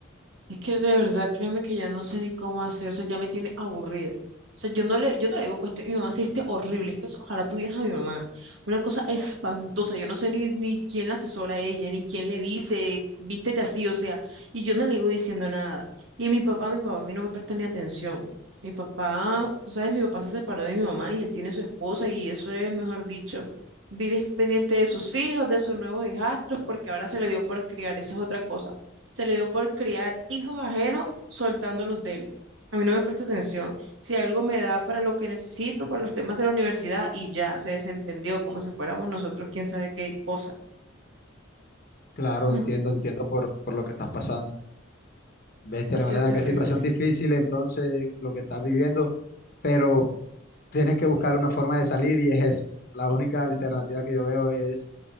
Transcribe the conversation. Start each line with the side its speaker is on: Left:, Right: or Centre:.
Right: Es que de verdad, créeme que ya no sé ni cómo hacer, o sea, ya me tiene aburrida. O sea, yo no le, yo no le digo que mi mamá se viste horrible, es que o sea, ojalá tuvieras a mi mamá. Una cosa espantosa, yo no sé ni, ni quién la asesora a ella, ni quién le dice, vístete así, o sea, y yo no le iba diciendo nada. Y mi papá, mi papá a mí no me presta ni atención. Mi papá, tú sabes, mi papá se separó de mi mamá y él tiene su esposa y eso es, mejor dicho, vive pendiente de sus hijos, de sus nuevos hijastros, porque ahora se le dio por criar, eso es otra cosa se le dio por criar hijos ajenos soltando los de él. A mí no me presta atención. Si algo me da para lo que necesito, para los temas de la universidad, y ya se desentendió como si fuéramos nosotros quién sabe qué cosa.
Left: Claro,
Right: No,
Left: entiendo, entiendo por, por lo que estás pasando. Bestia,
Right: esto ha sido
Left: Malena,
Right: terrible.
Left: qué situación difícil entonces lo que estás viviendo, pero tienes que buscar una forma de salir y es esa. La única alternativa que yo veo es